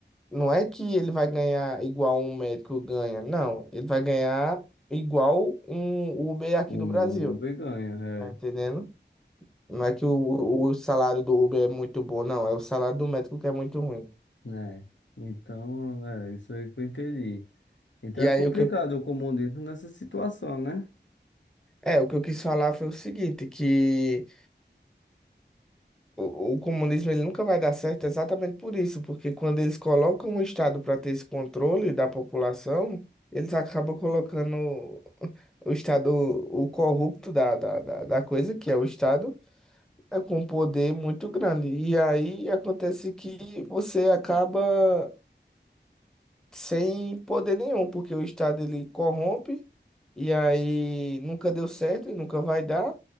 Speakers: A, in the centre; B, on the left.
A: não é que ele vai ganhar igual um médico ganha, não, ele vai ganhar igual um Uber aqui
B: Um
A: do Brasil,
B: Uber ganha,
A: tá
B: é,
A: entendendo? Não é que o, o salário do Uber é muito bom, não, é o salário do médico que é muito ruim.
B: né? Então, é isso aí que eu entendi. Então
A: E
B: é
A: aí
B: complicado
A: o que eu,
B: o comunismo nessa situação, né?
A: é, o que eu quis falar foi o seguinte, que o, o comunismo ele nunca vai dar certo exatamente por isso, porque quando eles colocam o Estado para ter esse controle da população, eles acabam colocando O Estado, o corrupto da, da, da, da coisa, que é o Estado, é com um poder muito grande. E aí acontece que você acaba sem poder nenhum, porque o Estado ele corrompe, e aí nunca deu certo e nunca vai dar.